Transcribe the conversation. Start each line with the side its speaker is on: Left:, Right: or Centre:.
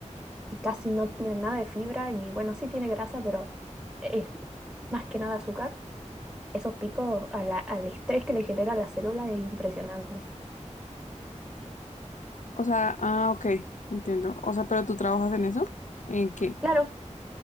Centre: y casi no tienen nada de fibra y bueno, sí tiene grasa, pero es más que nada azúcar. Esos picos a la- al estrés que le genera a la célula es impresionante.
Left: O sea, ah, ok, entiendo. O sea, pero tú trabajas en eso, ¿en qué?
Centre: Claro,